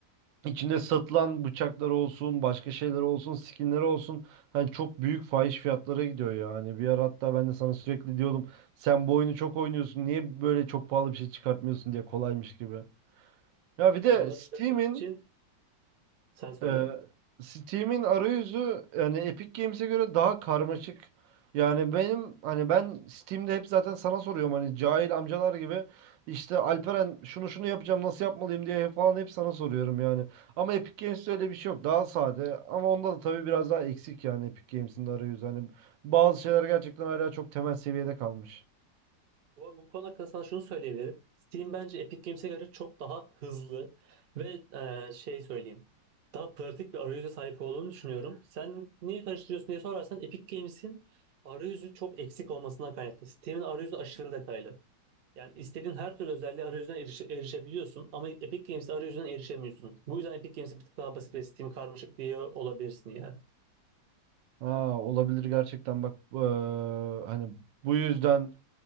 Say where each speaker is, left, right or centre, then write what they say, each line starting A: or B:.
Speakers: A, on the right (about 80°); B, on the right (about 60°).
A: içinde satılan bıçaklar olsun, başka şeyler olsun, skinler olsun. Hani çok büyük fahiş fiyatlara gidiyor yani. Bir ara hatta ben de sana sürekli diyordum sen bu oyunu çok oynuyorsun. Niye böyle çok pahalı bir şey çıkartmıyorsun diye kolaymış gibi. Ya bir de
B: Onları
A: Steam'in
B: çıkartmak için sen söyle.
A: ee, Steam'in arayüzü yani Epic Games'e göre daha karmaşık. Yani benim hani ben Steam'de hep zaten sana soruyorum hani cahil amcalar gibi işte Alperen şunu şunu yapacağım nasıl yapmalıyım diye falan hep sana soruyorum yani. Ama Epic Games'te öyle bir şey yok. Daha sade ama onda da tabii biraz daha eksik yani Epic Games'in de arayüzü. Hani bazı şeyler gerçekten hala çok temel seviyede kalmış.
B: Bu, bu konu hakkında sana şunu söyleyebilirim. Steam bence Epic Games'e göre çok daha hızlı ve e, şey söyleyeyim. Daha pratik bir arayüze sahip olduğunu düşünüyorum. Sen niye karıştırıyorsun diye sorarsan Epic Games'in arayüzü çok eksik olmasından kaynaklı. Steam'in arayüzü aşırı detaylı. Yani istediğin her türlü özelliğe arayüzden erişe- erişebiliyorsun ama Epic Games'te arayüzden erişemiyorsun. Bu yüzden Epic Games'i bir tık daha basit ve Steam karmaşık diye olabilirsin yani.
A: Ha olabilir gerçekten bak eee, hani bu yüzden